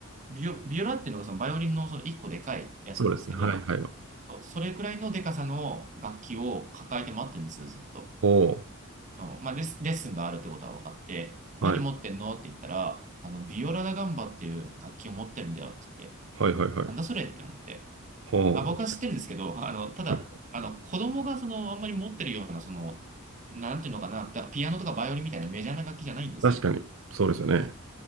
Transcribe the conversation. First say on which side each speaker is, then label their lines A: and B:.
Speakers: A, on the right; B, on the right.
A: ビオ、ビオラっていうのがそのバイオリンのその一個でかいやつなんですけど、
B: そうですね。はいはい。
A: それくらいのでかさの楽器を抱えて待ってるんですよ、ずっと。
B: おう
A: その、まあ、レッスンレッスンがあるってことは分かって、何持ってんのって言ったら、
B: はい。
A: あの、ビオラダガンバっていう楽器を持ってるんだよって言って、
B: はいはいはい。
A: なんだそれって思って。
B: ほう。
A: あ、僕は知ってるんですけど、あの、ただ、
B: はい
A: あの、子供がその、あんまり持ってるような、その、なんていうのかな、だからピアノとかバイオリンみたいなメジャーな楽器じゃないんですよ。
B: 確かに。そうですよね。